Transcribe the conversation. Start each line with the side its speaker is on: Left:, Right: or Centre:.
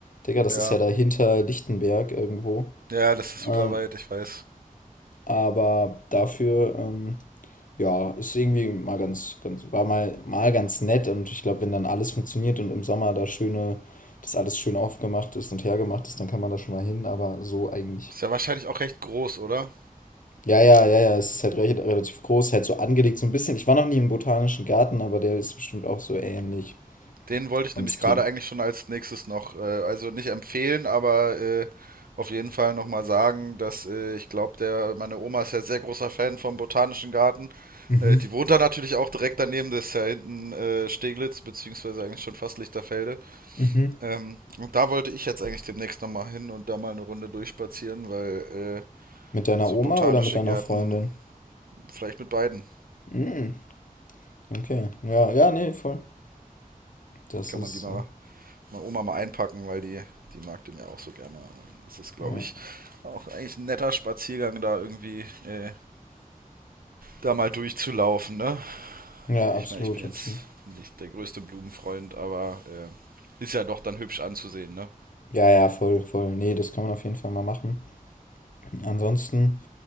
Left: Digga, das
Right: ja.
Left: ist ja da hinter Lichtenberg irgendwo.
Right: Ja, das ist super
Left: Ähm,
Right: weit, ich weiß.
Left: Aber dafür, ähm, ja, ist irgendwie mal ganz, ganz, war mal, mal ganz nett. Und ich glaube, wenn dann alles funktioniert und im Sommer da schöne, das alles schön aufgemacht ist und hergemacht ist, dann kann man da schon mal hin, aber so eigentlich.
Right: Ist ja wahrscheinlich auch recht groß, oder?
Left: Ja, ja, ja, ja, es ist halt recht, relativ groß, halt so angelegt, so ein bisschen. Ich war noch nie im Botanischen Garten, aber der ist bestimmt auch so ähnlich
Right: Den wollte ich
Left: vom
Right: nämlich
Left: Stil.
Right: gerade eigentlich schon als nächstes noch, äh, also nicht empfehlen, aber äh, auf jeden Fall nochmal sagen, dass äh, ich glaube, der, meine Oma ist ja sehr großer Fan vom Botanischen Garten.
Left: Mhm.
Right: Äh, die wohnt da natürlich auch direkt daneben, das ist ja hinten äh, Steglitz, beziehungsweise eigentlich schon fast Lichterfelde.
Left: Mhm.
Right: Ähm, und da wollte ich jetzt eigentlich demnächst nochmal hin und da mal eine Runde durchspazieren, weil äh,
Left: Mit deiner
Right: so
Left: Oma
Right: botanische
Left: oder mit deiner
Right: Gärten,
Left: Freundin?
Right: vielleicht mit beiden,
Left: Mhm. Okay. Ja, ja, nee, voll. Das
Right: kann
Left: ist,
Right: man die mal
Left: äh,
Right: mal Oma mal einpacken, weil die, die mag den ja auch so gerne. Es ist, glaube
Left: ja.
Right: ich, auch eigentlich ein netter Spaziergang, da irgendwie äh, da mal durchzulaufen. Ne?
Left: Ja, absolut,
Right: Ich meine, ich bin
Left: absolut.
Right: jetzt nicht der größte Blumenfreund, aber äh, ist ja doch dann hübsch anzusehen. Ne?
Left: Ja, ja, voll, voll. Nee, das kann man auf jeden Fall mal machen. Ansonsten,